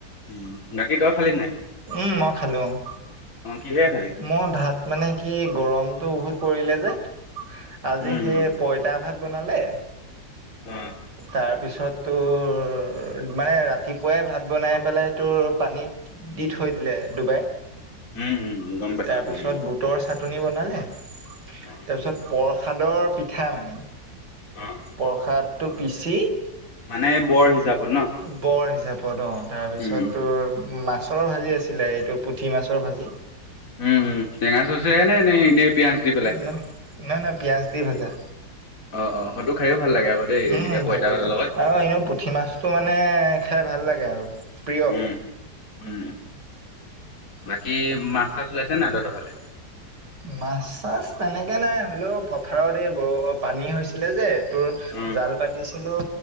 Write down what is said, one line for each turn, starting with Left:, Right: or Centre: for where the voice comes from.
Left: উম, বাকী তই খালী নাই?
Right: উম, মই খালোঁ। অ,
Left: অ কিহেৰে খালি?
Right: মই ভাত মানে কি, গৰমটো বহুত পৰিলে যে, আজি
Left: উম
Right: সেই
Left: উম
Right: পইতা ভাত বনালে,
Left: অ
Right: তাৰ পিছত তোৰ, মানে ৰাতিপুৱাই ভাত বনাই পেলাই তোৰ পানীত দি থৈ দিলে ডুবাই,
Left: উম, উম, গম পাইছো
Right: তাৰপিছত
Left: বাৰু
Right: বুটৰ চাটনি বনালে। তাৰপিছত
Left: অ',
Right: প্ৰসাদৰ পিঠা মানে,
Left: অ',
Right: প্ৰসাদ টো, পিচি
Left: মানে বৰ, হিচাপত ন?
Right: বৰ হিচাপত অ, তাৰপিছত
Left: উম,
Right: তোৰ মাছ মাছৰ ভাজি আছিলে, এইটো পুঠি মাছৰ ভাজি।
Left: উম, উম, টেঙা চচে, নে, এনেই পিঁয়াজ দি পেলাই।
Right: ন নাই, নাই, পিয়াজ দি ভাজা।
Left: অ', অ', সেইটো খাইও ভাল লাগে আকৌ দেই
Right: উম,
Left: এনেকে পইতা
Right: ভাল লাগে,
Left: ভাতৰ লগত।
Right: আৰু এনেও, পু পুঠি মাছটো মানে খাই ভাল লাগে আৰু। প্ৰিয়
Left: উম, উম, বাকী মাছ-চাছ ওলাইছে নাই তহঁতৰ ফালে?
Right: মাছ- চাছ তেনেকে নাই, হ'লেও পথাৰত এই ব, পানী হৈছিলে যে। তোৰ,
Left: অ',
Right: জাল পাতিছিলো,